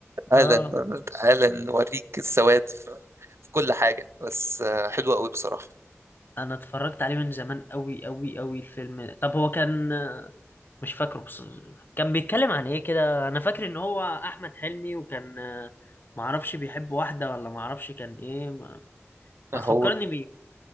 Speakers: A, on the right; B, on the left.
A: تعالى
B: آه.
A: تعالى نوريك السواد في في كل حاجة بس آه، حلوة أوي بصراحة
B: انا اتفرجت عليه من زمان قوي قوي قوي الفيلم ده. طب هو كان مش فاكره بس كان بيتكلم عن ايه كده انا فاكر ان هو احمد حلمي وكان معرفش بيحب واحدة ولا معرفش كان ايه ما, ما
A: هو
B: تفكرني بيه